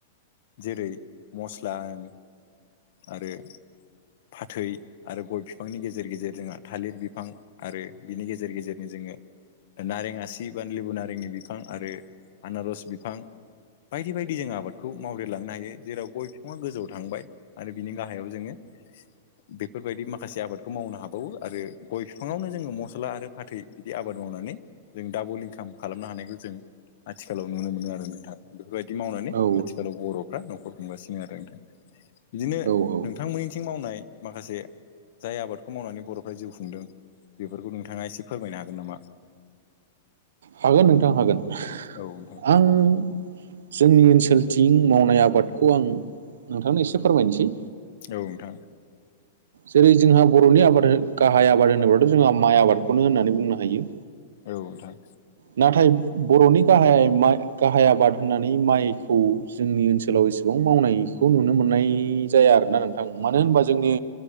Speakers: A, on the left; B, on the right.
A: जेरै मस्ला होन आरो फाथै आरो गय बिफांनि गेजेर गेजेर जोंहा थालिर बिफां आरो बिनि गेजेर गेजेरनो जोङो नारें आसि बा लेबु नारेंनि बिफां आरो आनारस बिफां बायदि बायदि जों आबादखौ मावदेरलांनो हायो जेराव गय बिफाङा गोजौआव थांबाय आरो बिनि गाहायाव जोङो बेफोरबायदि माखासे आबादखौ मावनो हाबावो आरो गय फिफाङावनो जोङो मस्ला आरो फाथै बिदि आबाद मावनानै जों डाबल इनकाम खालामनो हानायखौ जों आथिखालाव नुनो मोनो आरो नोंथा बेफोरबायदि मावनानै
B: औ
A: आथिखालाव बर' फ्रा न'खर खुंगासिनो आरो नोंथां बिदिनो
B: औ औ
A: नोंथांमोननिथिं मावनाय माखासे जाय आबादखौ मावनानै बर'फ्रा जिउ खुंदों बेफोरखौ नोंथाङा एसे फोरमायनो हागोन नामा?
B: हागोन नोंथां हागोन।
A: औ नोंथां।
B: आं जोंनि ओनसोलथिं मावनाय आबादखौ आं नोंथांनो एसे फोरमायनोसै
A: औ नोंथां
B: जेरै जोंहा बर'नि आबाद गाहाय आबाद होनोब्लाथ' जोंहा माइ आबादखौनो होननानै बुंनो हायो
A: औ नोंथां
B: नाथाय बर'नि गाहाय गाहाय माइ आबाद होननानै माइखौ जोंनि ओनसोलाव एसे बां मावनायखौ नुनो मोननाय जाया आरोना नोंथां मानो होनबा जोंनि